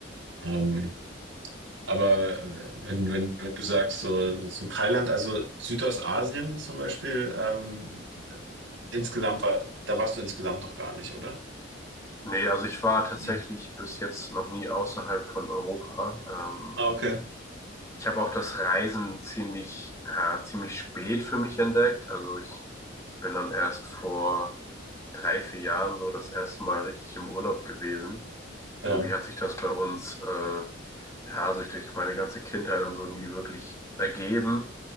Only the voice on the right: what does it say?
Ähm, aber wenn, wenn, wenn du sagst, so, so Thailand, also Südostasien zum Beispiel, ähm, Insgesamt war, da warst du insgesamt noch gar nicht, oder?
Hm.
Ah, okay.
Ja,